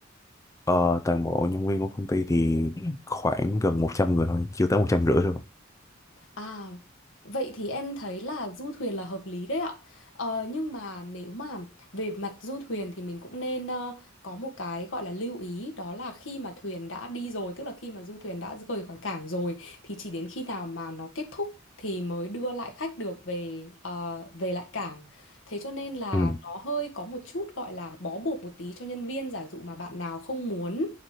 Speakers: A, on the left; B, on the left.
A: ờ, toàn bộ nhân viên của công ty thì khoảng gần 100 người thôi chưa tới một trăm rưỡi thôi
B: À, vậy thì em thấy là du thuyền là hợp lý đấy ạ. Ờ, nhưng mà nếu mà về mặt du thuyền thì mình cũng nên ờ, có một cái gọi là lưu ý đó là khi mà thuyền đã đi rồi, tức là khi mà du thuyền đã rời khỏi cảng rồi thì chỉ đến khi nào mà nó kết thúc thì mới đưa lại khách được về ờ, về lại cảng. Thế cho nên là
A: ừ.
B: nó hơi có một chút gọi là bó buộc một tí cho nhân viên. Giả dụ mà bạn nào không muốn